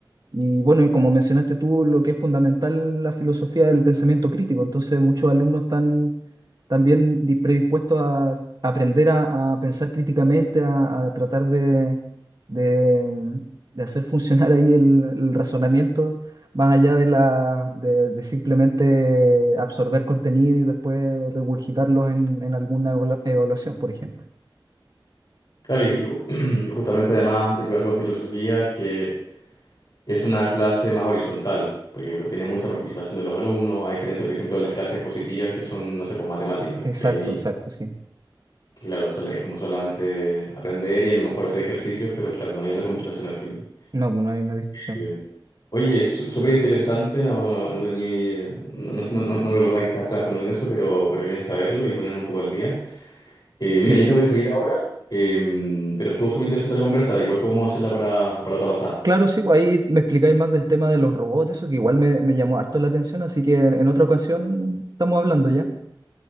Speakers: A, on the right; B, on the left.
A: y bueno, y como mencionaste tú, lo que es fundamental la filosofía del pensamiento crítico. Entonces, muchos alumnos están también di- predispuestos a aprender a, a pensar críticamente, a, a tratar de, de- mm, de hacer funcionar ahí el, el razonamiento, más allá de la, de, de simplemente absorber contenido y después regurgitarlo en, en alguna evalu- evaluación, por ejemplo.
B: Claro, y, y ju- <clears throat> y justamente además lo que pasa con filosofía es que es una clase más horizontal, porque tiene mucha participación de los alumnos, a diferencia, por ejemplo, de las clases positivas que son, no sé, pues matemáticas,
A: Exacto,
B: que ahí,
A: exacto, sí.
B: que claro, solo- es como solamente aprender y a lo mejor hacer ejercicios, pero claro, no hay una conversación al final.
A: No, pues no hay una discusión.
B: Eh, Oye, súper interesante, no, no tenía, eh, no, no, no- no recordaba que estabas trabajando en eso, pero, pero bien saberlo y ponernos un poco al día. Eh,
A: Sí,
B: mira, yo
A: sí.
B: tengo que salir ahora, em, pero estuvo súper interesante la conversa. Igual podemos hacerla para, para otra pasada.
A: Claro, sí, pues ahí me explicáis más del tema de los robots, eso que igual me, me llamó harto la atención, así que en, en otra ocasión estamos hablando ya.